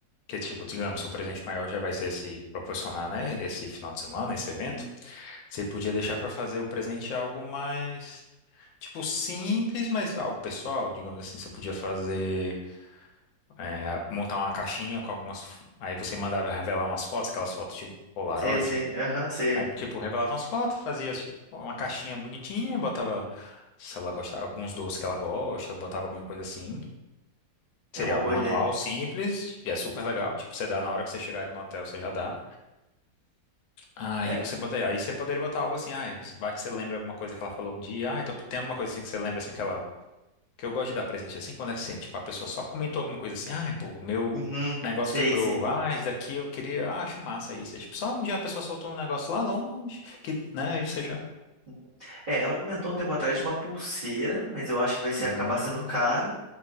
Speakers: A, on the left; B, on the right.
A: Que tipo, digamos, seu presente maior já vai ser se proporcionar, né? Esse final de semana, esse evento.
B: Sim.
A: Você podia deixar para fazer o presente algo mais Tipo, simples, mas algo pessoal, digamos assim, você podia fazer, é, montar uma caixinha com algumas, f- aí você mandava revelar umas fotos, aquelas fotos tipo Polaroid,
B: Sei, sei, aham, sei.
A: aí tipo, revelava umas fotos, fazia tipo uma caixinha bonitinha, botava, se ela gostava, alguns doces que ela gosta, botava alguma coisa assim,
B: É
A: seria
B: uma boa
A: algo manual,
B: ideia.
A: simples, e é super legal, tipo, você dá na hora que você chegar no hotel, você já dá, aí
B: É.
A: você botaria, aí você poderia botar algo assim, ah, vai que você lembra alguma coisa que ela falou um dia, ah, então tem alguma coisa assim que você lembra, assim, que ela que eu gosto de dar presente assim, quando é que assim, tipo, a pessoa só comentou alguma coisa assim, ai, pô, meu
B: Uhum,
A: negócio
B: sei,
A: quebrou,
B: sei.
A: ah, isso daqui eu queria, ah, acho massa isso. É tipo, só um dia a pessoa soltou um negócio lá longe, que, né, e você já.
B: Uhum. É, ela comentou um tempo atrás de uma pulseira, mas eu acho que vai ser
A: Hum,
B: acabar sendo caro.